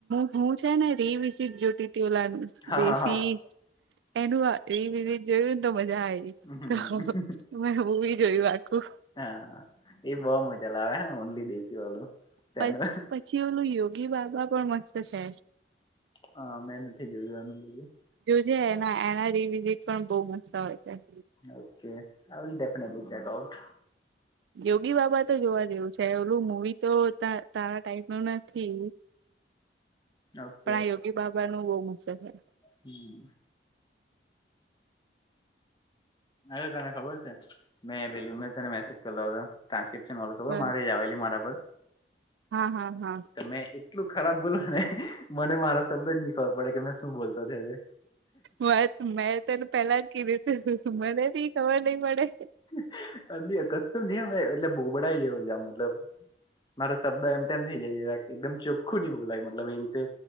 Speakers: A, on the right (about 80°); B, on the left (about 25°).
A: હું છે ને રી વિસી જ્યોતિ ત ઓલાનું
B: હા
A: દેશી.
B: હા હા
A: એનું એ વિઝિટ જોયું ને તો મજા આવી
B: હમ
A: તો મે હવી જોયું આખું.
B: હા એ બહુ મજા લાવે હ ઓનલી દેશી વાળું. ચેનલ
A: પ પછી ઓલું યોગી બાબા પણ મસ્ત છે.
B: હા મેં નથી ગયું એનું બજું.
A: જોજે એના એના રીવિઝિટ પણ બઉ મસ્ત હોય. છે
B: okay I will definitely check out.
A: Yogi Baba તો જોવા જેવું છે ઓલું મવી તો તારા ટાઈમ ન નથી.
B: ઓકે
A: પણ આ યોગી બાબા નું બહ મશે છે.
B: હમ. અરે તને ખબર છે મેં પેલી મે તને મેસેજ કરલો હતો. <unintelligible> ખબર
A: છે
B: મારે એ આવેલી મારા પર
A: હા હા હા.
B: તમે એટલું ખરાબ બોલો ને મને મારા શબ્દ જ નહી ખબર પડે કે મેં શું બોલતો હતો.
A: વાત મેં તને પેલા જ કીધું તું મને બી ખબર નઈ પડે.
B: <unintelligible> જ મતલબ. મારો શબ્દ એમ તેમ થઈ જાય છે એકદમ ચોખ્ખું નની બોલાય મતલબ એ રીતે.